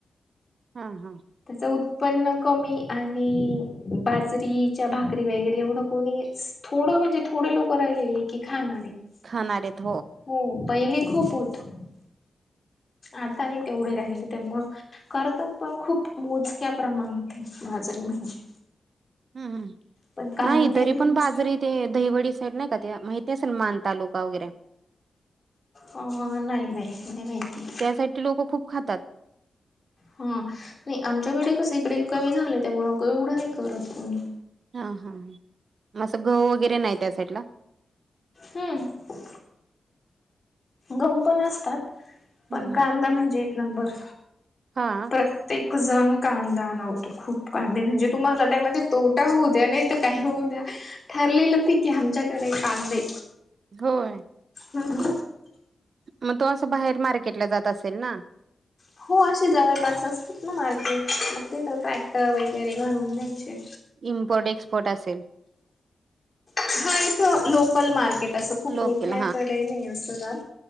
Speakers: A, on the right; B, on the left.
A: हा हा.
B: त्याच उत्पन्न कमी आणि बाजरीच्या भाकरी वगैरे एवढं कोणीच थोडं म्हणजे थोडे लोक राहिलेले की खाणारे, हो
A: खाणार आहेत
B: पहिले खूप होत <unintelligible> आता नाई तेवढे राहिले त्यामुळं करतात पण खूप मोजक्या प्रमाणात बाजरी म्हणजे
A: हम्म हम्म.
B: पण कांदे
A: नाही तरी
B: म्हणजे
A: पण बाजरी ते दहीवडी साईड नाही का? ते माहिती असेल मान तालुका वगैरे.
B: अ नाही नाही नाही माहिती.
A: त्यासाठी लोकं खूप खातात
B: हा नाही आमच्याकडे कस इकडे कमी झालं, त्यामुळं क एवढं नाही करत कोणी.
A: हा हा हा. म असं घऊ वगैरे नाही त्या साईडला?
B: हम्म गहू पण असतात. पण
A: हम्म
B: कांदा म्हणजे एक नंबर.
A: हा.
B: प्रत्येक जन कांदा लावतो. खूप काळ नाही म्हणजे, तुम्हाला त्यांमध्ये तोटा होऊ द्या, नाही तर काही होऊ द्या. ठरलेलं पिके आमच्याकडे कांदे.
A: होय.
B: हम्म.
A: मग तो असं बाहेर मार्केटला जात असेल ना.
B: हो असे जवळपास असतात ना, मार्केट मग तिथं ट्रॅक्टर वगैरे भरून न्यायचे.
A: इम्पोर्ट एक्सपोर्ट असेल.
B: हा इथं लोकल मार्केट असं, खूप
A: लोकल
B: मोठ्याकडे नाही असं जात.